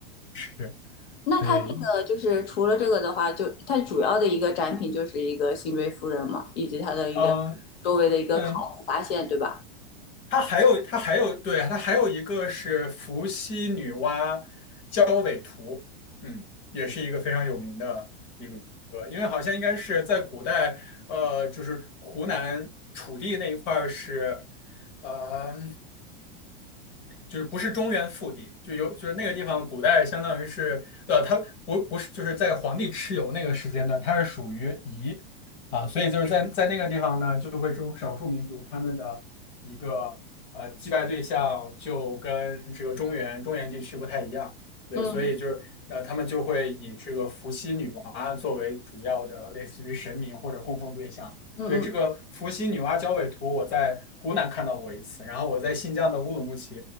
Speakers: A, on the left (about 40°); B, on the left (about 80°).
A: 是，
B: 那他那个就是除了这个的话，
A: 对，
B: 就他主要的一个展品就是一个辛追夫人嘛，以及他的一个
A: 嗯
B: 周围的一个考古发现，
A: 嗯，
B: 对吧？
A: 它还有它还有对它还有一个是伏羲女娲交尾图，嗯，也是一个非常有名的，呃，因为好像应该是在古代，呃，就是湖南楚地那一块儿是，呃，就是不是中原腹地，就有就是那个地方，古代相当于是呃，它不不是就是在皇帝蚩尤那个时间段，它是属于夷啊，所以就是在在那个地方呢，就会这种少数民族他们的一个呃祭拜对象就跟这个中原中原地区不太一样，对，
B: 嗯
A: 所以就是呃他们就会以这个伏羲女娲作为主要的类似于神明或者供奉对象。
B: 嗯嗯，
A: 对，这个伏羲女娲交尾图，我在湖南看到过一次，然后我在新疆的乌鲁木齐